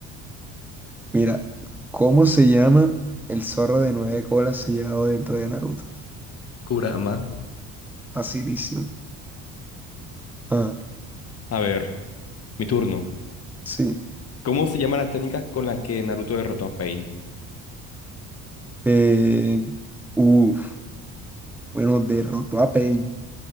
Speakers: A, in the centre; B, on the left.
A: Mira, ¿cómo se llama el zorro de nueve colas sellado dentro de Naruto?
B: Kurama.
A: Facilísimo. Ah,
B: A ver, mi turno.
A: sí.
B: ¿Cómo se llama la técnica con la que Naruto derrotó a Pain?
A: Eh, uf, bueno, derrotó a Pain.